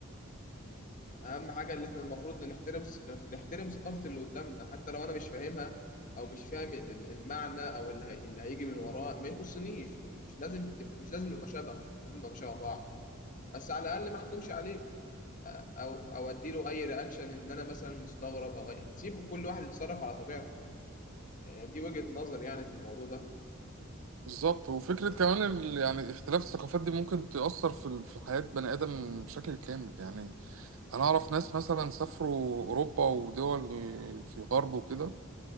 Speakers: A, on the left (about 40°); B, on the right (about 70°).
A: يعني اهم حاجه اللي احنا المفروض نحترم نحترم ثقافه اللي قدامنا حتى لو انا مش فاهمها او مش فاهم ال- المعنى او اللي, هي... اللي هيجي من وراه ما يخصنيش مش لازم تبقى مش لازم نبقى شبهه مش لازم نبقى شبه بعض بس على الاقل ما احكمش عليه آه، او او اديله اي رياكشن ان انا مثلا مستغرب او أي- سيبه كل واحد يتصرف على طبيعته آه، دي وجهه نظر يعني في الموضوع ده
B: بالظبط وفكرة كمان ال- يعني اختلاف الثقافات دي ممكن تأثر في ال- في حياة بني آدم بشكل كامل يعني أنا أعرف ناس مثلا سافروا أوروبا ودول في الغرب وكده